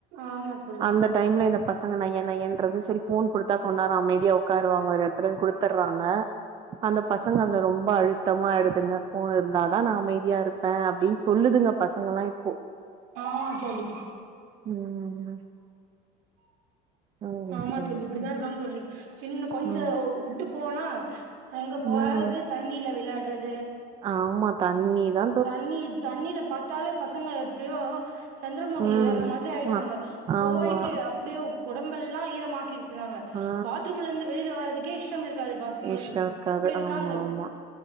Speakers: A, on the right; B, on the right.
A: ஆமா தோழி
B: அந்தட் டைம்ல இந்த பசங்க நைய நையன்றது சரி ஃபோன் குடுத்தா கொண் நேரோ அமைதியா ஒக்காருவாங்க ஒரு எடத்துலன் குடுத்தர்றாங்க அந்தப் பசங்க அந்த ரொம்ப அழுத்தமாய்டுதுங்க ஃபோன் இருந்தாதா நா அமைதியா இருப்பே அப்டின்ச் சொல்லுதுங்க பசங்களா இப்போ
A: ஆ தோழி
B: ம் சரி
A: ஆமா
B: சரி
A: தோழி இப்டிதா
B: சரி
A: இருக்காங்க தோழி சின்னப் கொஞ்சோ
B: ம்
A: ஓ வுட் ட்டுப் போனா எங்கப் போ
B: ம்
A: அது தண்ணில விளாட்றது
B: ஆமா தண்ணி தா
A: தண்ணி தண்ணில பாத்தாலே பசங்க எப்படியோ சந்திரமுகி
B: ம்
A: ஏறுன மாதிரி ஆயிடுறாங்க
B: ஆ
A: போயிட்டு
B: ஆமா
A: அப் அப்படியே உடம்பெல்லா ஈரமாக்கி இருக்கறாங்க
B: ஆ
A: பாத்ரூம்ல இருந்து வெளில வர்றதுக்கே இஷ்டம் இருக் காது பசங்களுக்கு
B: இஷ்டோ இருக்காது
A: இப்படி இருக்காங்க
B: ஆமா ஆமா